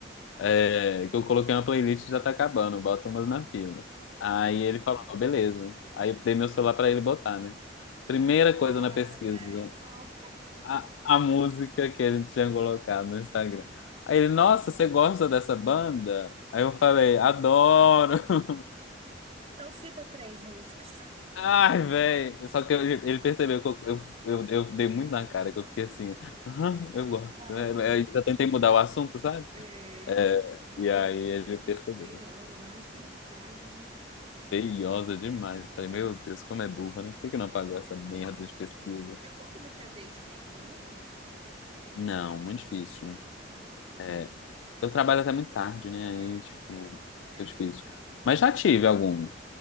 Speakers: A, on the left; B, on the right.
A: é, que eu coloquei uma playlist e já tá acabando, bota umas na fila. Aí
B: ah.
A: ele falou, beleza. Aí eu dei meu celular pra ele botar, né? Primeira
B: Ai,
A: coisa na pesquisa,
B: velho, não.
A: a, a música que ele tinha colocado no Instagram. Aí ele, nossa, você gosta dessa banda? Aí eu falei, adoro!
B: Então cita três músicas.
A: <laughs> Ai, velho. Só que eu- ele percebeu que eu, eu, eu, eu dei muito na cara, que eu fiquei assim, "Ah, eu gosto.
B: Baranga.
A: né? Eu já tentei mudar o assunto, sabe?
B: É,
A: É,
B: nossa,
A: e aí
B: nossa,
A: ele
B: ia
A: percebeu.
B: ficar feiosa, mais que já tava, né?
A: Feiosa demais. Falei, meu Deus, como é burra, né? Por que que não apagou essa merda
B: Ai.
A: de pesquisa?
B: Você costuma ter date meio de semana?
A: Não, muito difícil.
B: Ah, boto fé.
A: É, eu trabalho até muito tarde, né? Aí,
B: Ah,
A: tipo,
B: é, é.
A: é difícil. Mas já tive alguns.